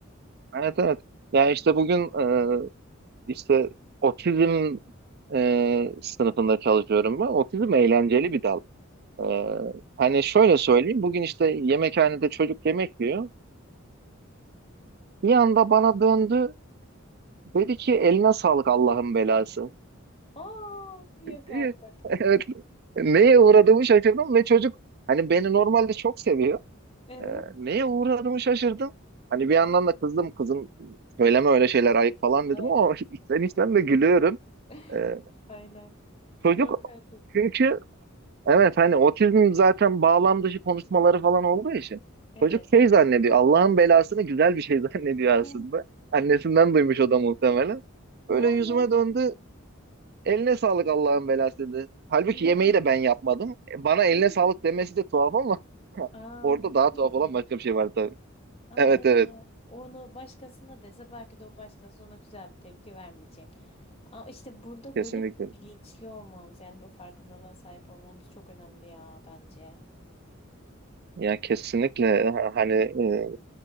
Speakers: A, on the right; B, on the left.
A: Evet, evet. Ya işte bugün e, işte otizm e, sınıfında çalışıyorum ben. Otizm eğlenceli bir dal. Ee, hani şöyle söyleyeyim. Bugün işte yemekhanede çocuk yemek yiyor. Bir anda bana döndü. Dedi ki eline sağlık Allah'ın belası.
B: Aa, yok
A: diye.
B: artık.
A: <laughs> Evet. Neye uğradığımı şaşırdım ve çocuk hani beni normalde çok seviyor.
B: Evet.
A: Ee, neye uğradığımı şaşırdım. Hani bir yandan da kızdım kızım söyleme öyle şeyler ayıp falan
B: Aynen.
A: dedim ama <laughs> içten içten de gülüyorum.
B: <laughs>
A: Ee,
B: Aynen.
A: çocuk
B: Yok artık.
A: çünkü Evet hani otizm zaten bağlam dışı konuşmaları falan olduğu için
B: Evet.
A: çocuk şey zannediyor Allah'ın belasını güzel bir şey <laughs> zannediyor
B: Ya
A: aslında. Annesinden duymuş o da muhtemelen.
B: vay
A: Böyle yüzüme
B: be.
A: döndü eline sağlık Allah'ın belası dedi. Halbuki
B: Ya.
A: yemeği de ben yapmadım. Bana eline
B: Aynen.
A: sağlık demesi de tuhaf ama
B: Aa,
A: <laughs> orada daha
B: çok
A: tuhaf
B: ilginç.
A: olan başka bir şey var tabii.
B: Ama
A: Evet
B: mesela
A: evet
B: onu başkasına dese belki de o başkası ona güzel bir tepki vermeyecek. Ama işte burada
A: kesinlikle.
B: böyle bilinçli olmamız yani bu farkındalığa sahip olmamız çok önemli ya bence.
A: Ya kesinlikle ha- hani e,